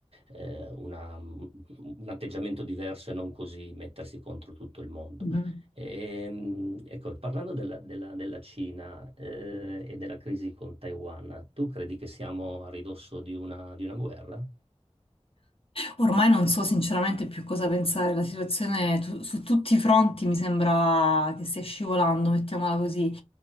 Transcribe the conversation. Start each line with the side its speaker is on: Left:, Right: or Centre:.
Right: eh, una- un atteggiamento diverso e non così mettersi contro tutto il mondo.
Left: Mhm.
Right: Ehm, ecco, parlando della, della- della Cina, eh, e della crisi con Taiwan, tu credi che siamo a ridosso di una, di una guerra?
Left: Ormai non so sinceramente più cosa pensare, la situazione tu- su tutti i fronti mi sembra che stia scivolando, mettiamola così.